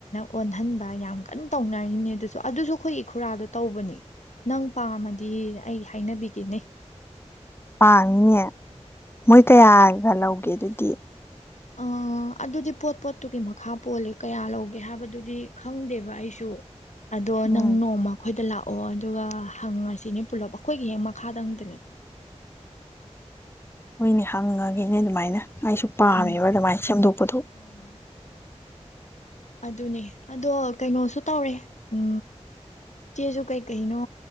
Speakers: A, on the left; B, on the left.
A: ꯑꯣꯟꯍꯟꯕ ꯌꯥꯝ ꯀꯟꯅ ꯇꯧꯅꯔꯤꯝꯅꯦ ꯑꯗꯨꯁꯨ ꯑꯗꯨꯁꯨ ꯑꯩꯈꯣꯏꯒꯤ ꯈꯨꯔꯥꯗꯣ ꯇꯧꯕꯅꯤ ꯅꯪ ꯄꯥꯝꯃꯗꯤ ꯑꯩ ꯍꯥꯏꯅꯕꯤꯒꯦꯅꯦ
B: ꯄꯥꯡꯉꯤꯅꯦ ꯃꯣꯏ ꯀꯌꯥꯒ ꯂꯧꯒꯦ ꯑꯗꯨꯗꯤ
A: ꯑ ꯑꯗꯨꯗꯤ ꯄꯣꯠ ꯄꯣꯠꯇꯨꯒꯤ ꯃꯈꯥ ꯄꯣꯜꯂꯦ ꯀꯌꯥ ꯂꯧꯒꯦ ꯍꯥꯏꯕꯗꯨꯗꯤ ꯈꯪꯗꯦꯕ ꯑꯩꯁꯨ ꯑꯗꯣ
B: ꯎꯝ
A: ꯅꯪ ꯅꯣꯡꯃ ꯑꯩꯈꯣꯏꯗ ꯂꯥꯛꯑꯣ ꯑꯣ ꯑꯗꯨꯒ ꯍꯪꯉꯁꯤꯅꯦ ꯄꯨꯂꯞ ꯑꯩꯈꯣꯏꯒꯤ ꯍꯦꯛ ꯃꯈꯥꯗꯪꯗꯅꯦ
B: ꯍꯣꯏꯅꯦ ꯍꯪꯉꯒꯦꯅꯦ ꯑꯗꯨꯃꯥꯏꯅ ꯑꯩꯁꯨ ꯄꯥꯝꯃꯦꯕ
A: ꯎꯝ
B: ꯑꯗꯨꯃꯥꯏꯅ ꯁꯦꯝꯗꯣꯛꯄꯊꯣꯛ
A: ꯎꯝ ꯑꯗꯨꯅꯦ ꯑꯗꯣ ꯀꯩꯅꯣꯁꯨ ꯇꯧꯔꯦ ꯎ ꯆꯦꯁꯨ ꯀꯩꯀꯩꯅꯣ